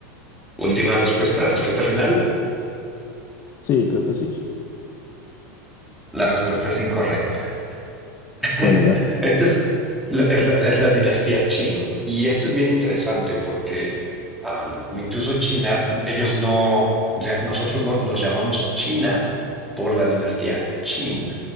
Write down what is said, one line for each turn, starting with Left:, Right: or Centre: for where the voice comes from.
Centre: Última respuesta, respuesta final.
Left: Sí, creo que sí.
Centre: La respuesta es incorrecta. <laughs>
Left: ¿Cuál era?
Centre: Esta es, la- es, la, es la dinastía Qing. Y esto es bien interesante porque am, incluso China, ellos no, o sea, nosotros no, nos llamamos China por la dinastía Qin,